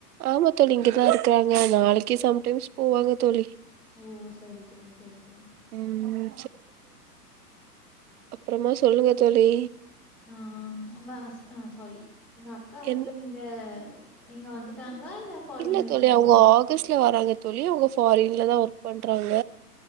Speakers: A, on the right; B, in the centre.
A: ஆமா தோழி இங்கதா இருக்குறாங்க நாளைக்கே சம்டைம்ஸ் போவாங்க தோழி
B: ஓ செரி தோழி செரி தோழி
A: ம் அப்பறமா சொல்லுங்க தோழி
B: ஆ உங்க ஹஸ் சாரி உங்க அக்கா ஹஸ்பண்ட்
A: என்
B: இங்க இங்க வந்துட்டாங்களா இல்ல ஃபாரின்ல
A: இல்ல தோழி
B: இருக்காங்களா
A: அவங்க ஆகஸ்ட்ல வராங்க தோழி அவங்க ஃபாரின்லதா ஒர்க் பண்றாங்க